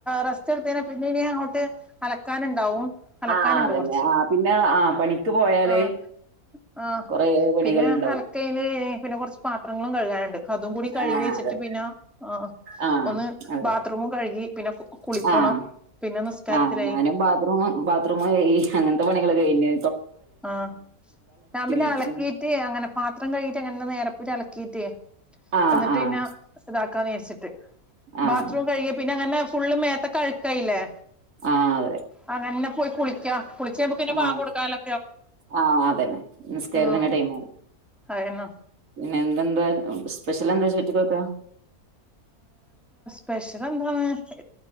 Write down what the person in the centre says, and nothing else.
റെസ്റ്റ് എടുത്തയ്ഞ്ഞ പിന്നെ ഇനി അങ്ങോട്ട് അലക്കാന്ണ്ടാവും അലക്കാനുണ്ട്
കൊറച്ച്
ആഹ് ആഹ്
പിന്നെ അലക്കല് പിന്നെ കൊറച്ചു പാ ങ്ങളും കഴിയാനുണ്ട് <unintelligible> അതും കൂടി കഴുകി
വെച്ചിട്ട്
പിന്നെ- ആഹ്
ഒന്ന്
ബാത്റൂമും കഴുകി പിന്നെ കുളിക്കണം
പിന്നെ നിസ്കാരത്തിലായി
ആഹ് ഞാൻ പിന്നെ
അലക്കീട്ട് അങ്ങനെ പ- പത്രം കഴുകിട്ട് അങ്ങൻനെ നേരെപ്പോയി അലക്കീട്ടേ
എന്നിട്ട്
പിന്നെ ഇതാക്കാന്ന് - ച്ച്ട്ട്
ബാത്റൂം കഴുകിയ പിന്നെ അങ്ങൻനെ ഫുള്ള് മേത്തക്കഴുക്കായില്ലേ
അത് തന്നെ പോയി കുളി ച <unintelligible> കുളിച്ച് കഴിയുമ്പോ പിന്നെ പാല്
കൊടുക്കാലോ
ഉം
അതന്നെ
പ്രഷറാ എന്താ അവിടെ